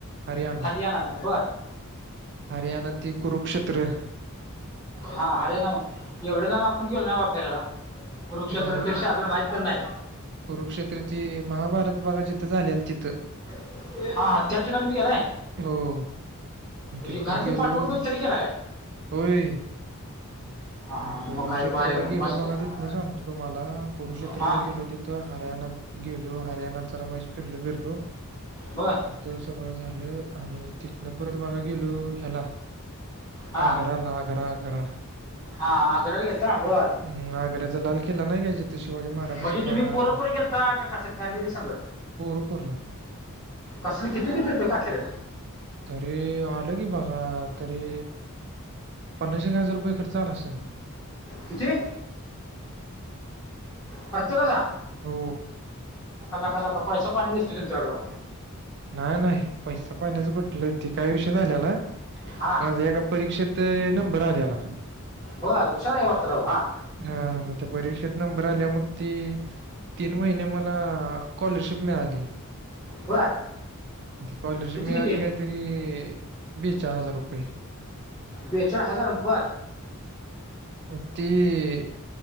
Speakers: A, on the right; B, on the left.
A: हरियाणा.
B: हरियाणाला बर.
A: हरियाणात ते कुरुक्षेत्र.
B: हा हारेराम एवढं लांब आपण गेलो ना बा फिरायला. कुरुक्षेत्र
A: बघा
B: ते साधं माहित पण नाही.
A: कुरुक्षेत्र ते महाभारत बघा जिथं झालेल तिथं.
B: हा, हा. त्या ठिकाणी बी गेलाय.
A: हो मग
B: म्हणजे
A: तिथनं
B: घरातले
A: गेलो
B: पाठवत नव्हतीत तरी गेला काय?
A: होय
B: हा हा
A: मग कुरुक्षेत्राला
B: काय भारी आहे मग
A: गेलो
B: मस्त
A: बघा
B: आहे
A: तिथनं सांगतो तुम्हांला, कुरुक्षेत्राला
B: हा
A: गेलो ते थ हरियाणात गेलो, हरियाणात जरा वाईस फिरलो- बिरलो.
B: बरं
A: तिथं सगळं झालं आणि तिथंन परत बगा गेलो ह्याला
B: हा
A: आग्रा ला, आग्रा -आग्रा.
B: हा आग्रला गेलता बर
A: अं, आग्र्याचा लाल किल्ला नाही का जिथं शिवाजी महाराजांनी
B: म्हणजे तुम्ही
A: बघा
B: पोरं- पोरं गेलता का? कसं फॅमिली संगं?
A: पोरं -पोरं.
B: कसलं किती- किती रुपये काढलेलं?
A: तरी आलं की, बघा तरी पन्नास एक हजार रुपये खर्च आला असंल.
B: किती प्रत्येकाचा?
A: हो
B: लाका -लाका पैसा पाणी दिसतोय तुमच्याकडं राव.
A: नाही -नाही पैसा पाण्याचं कुठलं, ते काय विषय झालेला
B: हा.
A: माझा एका परीक्षेत नंबर आलेला.
B: व्हयं, हुशार हाय वाटतं राव हा.
A: हा मग त्या परीक्षेत नंबर आल्यावर मग ती तीन महिने मला स्कॉलरशिप मिळाली.
B: बर.
A: ती स्कॉलरशिप
B: किती
A: मिळाली
B: किती
A: काहीतरी बेचाळ हजार रुपये.
B: बेचाळ हजार, बर.
A: मग ती